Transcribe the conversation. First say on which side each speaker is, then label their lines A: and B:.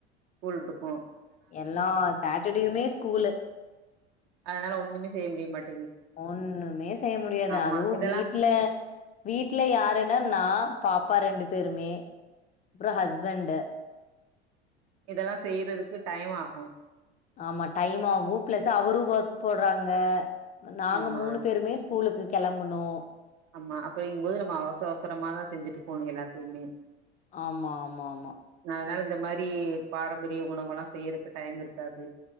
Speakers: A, on the right (about 50°); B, on the left (about 25°).
A: ஸ்கூல் இருக்கு
B: எல்லா சாட்டர்டேயுமே ஸ்கூலு
A: அதனால ஒண்ணுமே செய்ய முடிய மாட்டி
B: ஒண்ணுமே செய்ய முடியாது
A: ஆமா.
B: அதுவு
A: இதெல்லாம்
B: வீட்டுல வீட்டு்ல யாருன்னா நா பாப்பா ரெண்டு பேருமே அப்பற ஹஸ்பண்ட்
A: இதெல்லா செய்றதுக்கு டைம் ஆகு
B: ஆமா டைம் ஆகு பிளஸ் அவரு ஒர்க் போறாங்க நாங்க
A: ஆமா,
B: மூணு பேருமே ஸ்கூலுக்கு கிளம்பணு
A: ஆமா அப்டிங்குபோது நம்ம அவசர அவசரமாதா செஞ்சுட்டு போகணு எல்லாத்தையுமே
B: ஆமா ஆமா ஆமா
A: அதுனால இந்த மாரி பாரம்பரிய உணவல்லா செய்யறக்கு டையம் இருக்காது